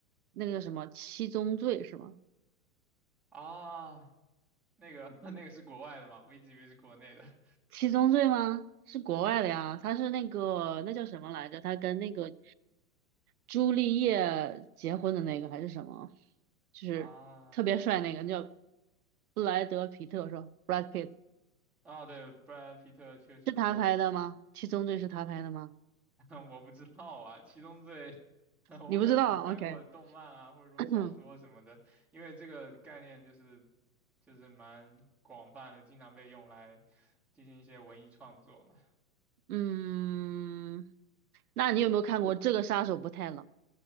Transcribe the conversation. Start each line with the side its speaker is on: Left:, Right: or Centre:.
Right: 那个什么《七宗罪》是吗？
Centre: 啊，那个 <laughs> 那个是国外的嘛，我一直以为是国内的。
Right: 《七宗罪》吗？是国外的呀，他是那个那叫什么来着？他跟那个朱丽叶结婚的那个还是什么？就是特别帅那个，
Centre: 啊，
Right: 叫布莱德皮特是吧？Brad Pitt
Centre: 啊，对，布莱德·皮特确实
Right: 是他拍的吗？《七宗罪》是他拍的吗？
Centre: <laughs> 我不知道啊，《七宗罪》<laughs>
Right: 你不知道啊？OK，
Centre: 我可能只看过动漫啊，或者说小说什么的，
Right: <coughs> <clears throat>
Centre: 因为这个概念就是就是蛮广泛的，经常被用来进行一些文艺创作嘛。
Right: 嗯，那你有没有看过《这个杀手不太冷》？
Centre: 对，